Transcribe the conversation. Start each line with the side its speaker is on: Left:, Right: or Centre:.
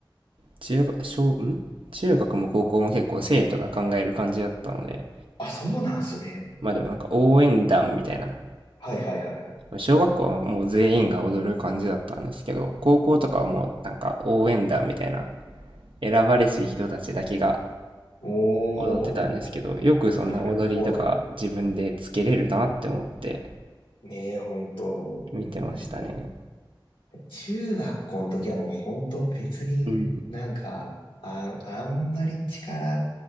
Right: 中ゅん？中学も高校も結構生徒が考える感じだったので
Left: あ、そうなんすね。
Right: まあでもなんか応援団みたいな。
Left: はいはいはいはい。
Right: 小学校はもう全員が踊る感じだったんですけど、高校とかはもうなんか応援団みたいな、選ばれし人たちだけが
Left: おー、
Right: 踊ってたんですけど、よくそんな踊りとか自分でつけれるなって思って
Left: なるほど。ねえ、本当。
Right: 見てましたね。
Left: うん中学校の時はもう本当別になんか、
Right: うん、
Left: あ、あんまり力